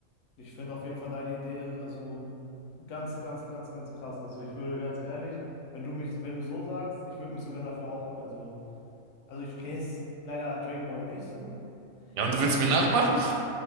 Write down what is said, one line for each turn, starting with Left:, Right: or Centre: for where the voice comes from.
Left: ich finde auf jeden Fall deine Idee, also ganz, ganz, ganz, ganz krass. Also, ich würde ganz ehrlich, wenn du mich, wenn du so sagst, ich würde mich sogar dafür auch, also, also ich kenne jetzt leider Dragon Ball nicht so,
Right: Ja, und du
Left: aber
Right: willst
Left: ich muss,
Right: mir nachmachen?